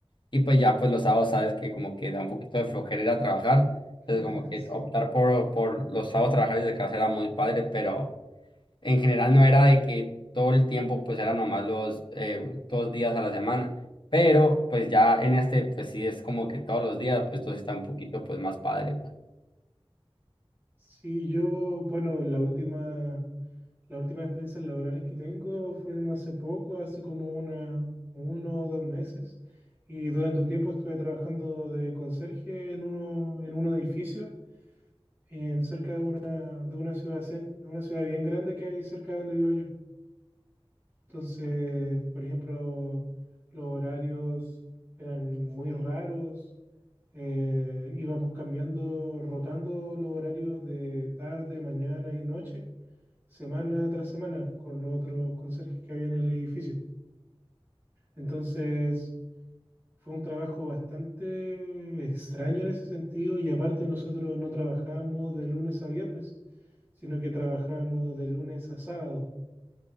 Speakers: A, on the left (about 55°); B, on the right (about 20°).
A: Y pues ya, pues los sábados sabes que como que da un poquito de flojera ir a trabajar. Entonces,
B: <laughs>
A: como que
B: Sí,
A: optar por, por los sábados trabajar desde casa era muy padre, pero en general no era de que todo el tiempo, pues era nomás los eh, dos días a la semana. Pero pues ya en este, pues sí es como que todos los días, pues todo está un poquito pues más padre. Pues,
B: sí, yo, bueno, la última... Las últimas experiencias laborales que tengo fueron hace poco, hace como una, uno o dos meses, y durante un tiempo estuve trabajando de conserje en uno, en un edificio, en cerca de una, de una ciudad, cen- de una ciudad bien grande que hay cerca de donde vivo yo. Entonces, por ejemplo, los horarios eran muy raros, eh, íbamos cambiando, rotando los horarios de tarde, mañana y noche semana tras semana con los otros conserjes que había en el edificio. Entonces fue un trabajo bastante extraño en ese sentido y aparte nosotros no trabajábamos de lunes a viernes, sino que trabajábamos de lunes a sábado.